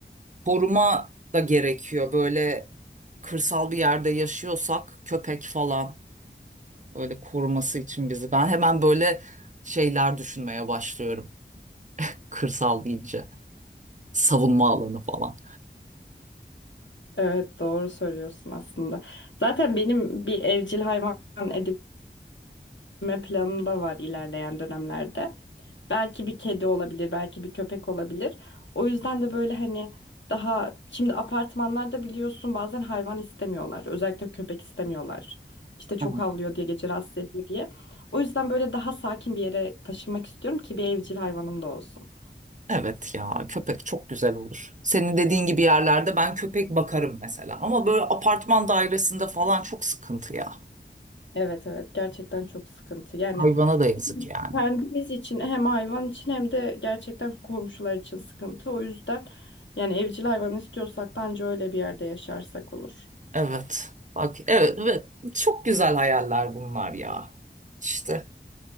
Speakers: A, on the right; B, on the left.
A: koruma da gerekiyor. Böyle kırsal bir yerde yaşıyorsak köpek falan Böyle koruması için bizi. Ben hemen böyle şeyler düşünmeye başlıyorum. Kırsal deyince. Savunma alanı falan.
B: Evet doğru söylüyorsun aslında. Zaten benim bir evcil hayvan edinme planım da var ilerleyen dönemlerde. Belki bir kedi olabilir, belki bir köpek olabilir. O yüzden de böyle hani daha şimdi apartmanlarda biliyorsun bazen hayvan istemiyorlar. Özellikle köpek istemiyorlar. İşte çok
A: Hı.
B: havlıyor diye gece rahatsız ediyor diye. O yüzden böyle daha sakin bir yere taşınmak istiyorum ki bir evcil hayvanım da olsun.
A: Evet ya köpek çok güzel olur. Senin dediğin gibi yerlerde ben köpek bakarım mesela. Ama böyle apartman dairesinde falan çok sıkıntı ya.
B: Evet evet gerçekten çok sıkıntı. Yani
A: Hayvana da yazık yani.
B: Kendimiz için hem hayvan için hem de gerçekten komşular için sıkıntı. O yüzden yani evcil hayvan istiyorsak da anca öyle bir yerde yaşarsak olur.
A: Evet. Bak evet, evet. Çok güzel hayaller bunlar ya. İşte.